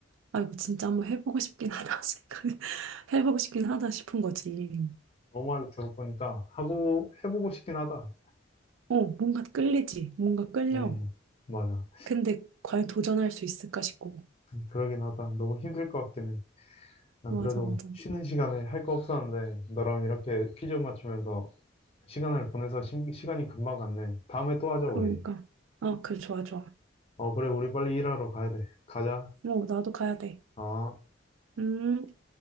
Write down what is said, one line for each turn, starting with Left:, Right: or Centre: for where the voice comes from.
Right: 아 이거 진짜 한번 해보고 싶긴 하다 <laughs> 생각 해보고 싶긴 하다 싶은 거지.
Left: 너 말 들어보니까 하고 해보고 싶긴 하다.
Right: 어 뭔가 끌리지, 뭔가 끌려.
Left: 음, 맞아.
Right: 근데 과연 도전할 수 있을까 싶고.
Left: 그러긴 하다. 너무 힘들 것 같긴 해. 나
Right: 맞아
Left: 그래도
Right: 맞아.
Left: 쉬는 시간에 할 거 없었는데 너랑 이렇게 퀴즈 맞추면서 시간을 보내서 심- 시간이 금방 갔네. 다음에 또 하자,
Right: 그러니까
Left: 우리.
Right: 아 그래 좋아 좋아.
Left: 어, 그래, 우리 빨리 일하러 가야 돼. 가자.
Right: 어 나도 가야 돼.
Left: 어.
Right: 음.